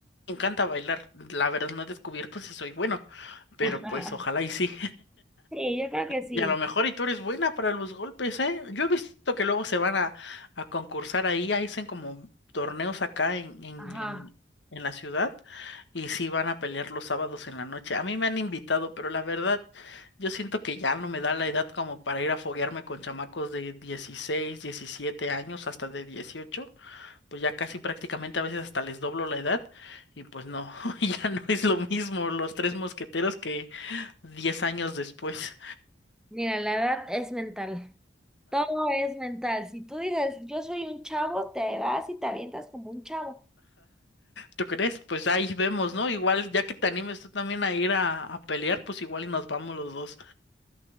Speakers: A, on the left; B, in the centre.
A: encanta bailar, la verdad no he descubierto si soy bueno, pero
B: <laughs> Ajá.
A: pues ojalá y sí.
B: Sí, yo creo que sí.
A: Y a lo mejor y tú eres buena para los golpes, ¿eh? Yo he visto que luego se van a, a concursar ahí, ahí hacen como torneos acá en, en,
B: Ajá.
A: en, en la ciudad y sí van a pelear los sábados en la noche. A mí me han invitado, pero la verdad, yo siento que ya no me da la edad como para ir a foguearme con chamacos de 16 17 años, hasta de 18 pues ya casi prácticamente a veces hasta les doblo la edad y pues no, <laughs> ya no es lo mismo los tres mosqueteros que 10 años después.
B: Mira, la edad es mental. Todo es mental. Si tú dices, yo soy un chavo, te vas y te avientas como un chavo.
A: ¿Tú crees? Pues ahí vemos, ¿no? Igual, ya que te animes tú también a ir a, a pelear, pues igual y nos vamos los dos.